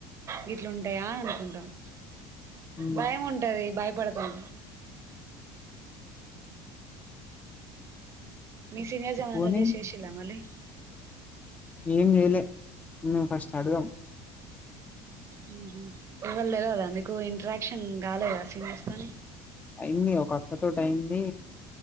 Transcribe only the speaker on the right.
గిట్ల ఉంటాయా అని అనుకుంటాము
భయం ఉంటది భయపడతాం మీ సీనియర్స్ ఎమన్నా
సజెస్ట్ చేసి రా మలి
ఇవరూ తెలువద మీకు ఇంట్రాక్షన్ కాలేదా సీనియర్స్ తోని